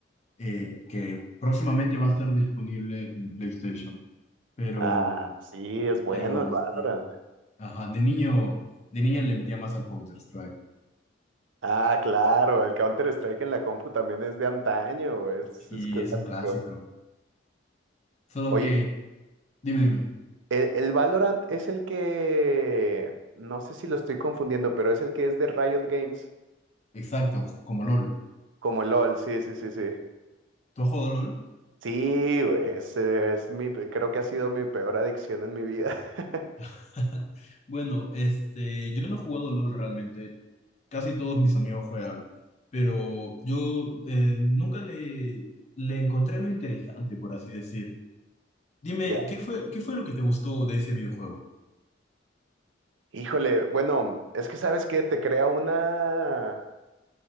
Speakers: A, on the left; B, on the right.
A: eh, que próximamente va a estar disponible en PlayStation. Pero,
B: Ah, sí, es bueno
A: pero
B: el Valorant.
A: sí, ajá, de niño, de niño le metía más al Counter-Strike.
B: Ah, claro, el Counter-Strike en la compu también es de antaño, es,
A: Sí,
B: es clásico.
A: es un clásico. Solo
B: Oye,
A: que, dime, dime,
B: el, el Valorant es el que, no sé si lo estoy confundiendo, pero es el que es de Riot Games,
A: exacto, como LOL.
B: como LOL, sí, sí, sí, sí.
A: ¿Tú has jugado LOL?
B: Sí, güey, ese es, mi, pe- creo que ha sido mi peor adicción en mi vida. <laughs>
A: <laughs> Bueno, este, yo no he jugado LOL realmente. Casi todos mis amigos juegan, pero yo eh, nunca le, le encontré lo interesante, por así decir. Dime,
B: Ya.
A: ¿qué fue, qué fue lo que te gustó de ese videojuego?
B: Híjole, bueno, es que sabes que te crea una,